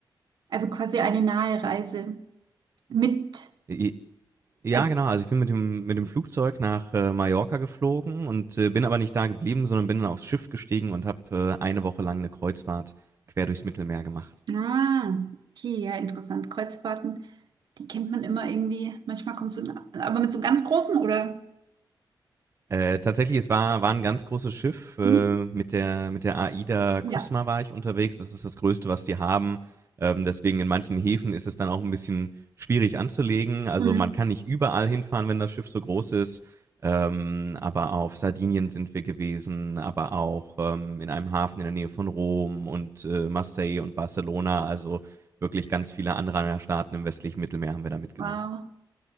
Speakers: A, on the right; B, on the right.
A: Also quasi eine nahe Reise mit,
B: I- Ja,
A: also,
B: genau. Also ich bin mit dem, mit dem Flugzeug nach äh, Mallorca geflogen und äh, bin aber nicht da geblieben, sondern bin dann aufs Schiff gestiegen und habe äh, eine Woche lang eine Kreuzfahrt quer durchs Mittelmeer gemacht.
A: ah, okay, ja, interessant. Kreuzfahrten, die kennt man immer irgendwie. Manchmal kommt so, ein- aber mit so einem ganz großen, oder?
B: Äh, tatsächlich, es war, war ein ganz großes Schiff. Äh,
A: Hm?
B: mit, der, mit der AIDA Cosma
A: Ja.
B: war ich unterwegs. Das ist das Größte, was die haben. Ähm, deswegen in manchen Häfen ist es dann auch ein bisschen schwierig anzulegen. Also
A: Hm.
B: man kann nicht überall hinfahren, wenn das Schiff so groß ist. Ähm, aber auf Sardinien sind wir gewesen, aber auch ähm, in einem Hafen in der Nähe von Rom und äh, Marseille und Barcelona. Also wirklich ganz viele Anrainerstaaten im westlichen Mittelmeer haben wir da mitgenommen.
A: Wow.